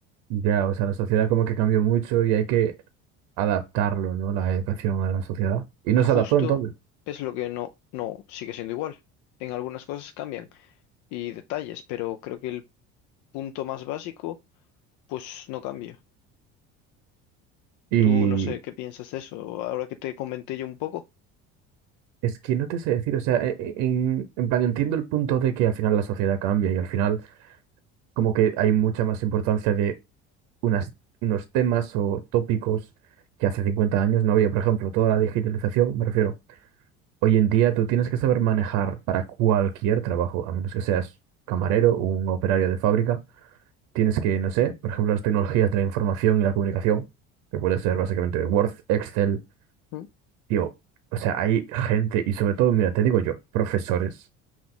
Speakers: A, on the right; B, on the left.
A: ya, o sea, la sociedad como que cambió mucho y hay que adaptarlo, ¿no? La educación a la sociedad. Y no
B: Y justo
A: se adaptó entonces.
B: es lo que no, no sigue siendo igual. En algunas cosas cambian y detalles, pero creo que el punto más básico, pues no cambia.
A: Y
B: Tú no sé qué piensas de eso, ahora que te comenté yo un poco.
A: es que no te sé decir, o sea, e- e- en, en plan entiendo el punto de que al final la sociedad cambia y al final como que hay mucha más importancia de unas, unos temas o tópicos que hace 50 años no había. Por ejemplo, toda la digitalización, me refiero, hoy en día tú tienes que saber manejar para cualquier trabajo, a menos que seas camarero o un operario de fábrica. Tienes que, no sé, por ejemplo, las tecnologías de la información y la comunicación, que puede ser básicamente Word, Excel
B: Mm.
A: Tío, o sea, hay gente, y sobre todo, mira, te digo yo, profesores,